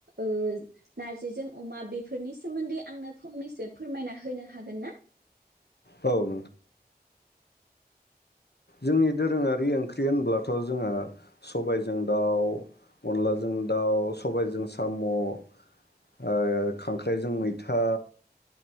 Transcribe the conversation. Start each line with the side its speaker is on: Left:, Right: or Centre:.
Right: ओ नारजिजों अमा बेफोरनि सोमोन्दै आंनो फंनैसो फोरमायना होनो हागोन ना?
Left: औ। जोंनि दोरोङारि ओंख्रि होनब्लाथ जोङो सबायजों दाउ अनलाजों दाउ सबायजों साम' ओ खांख्राइजों मैथा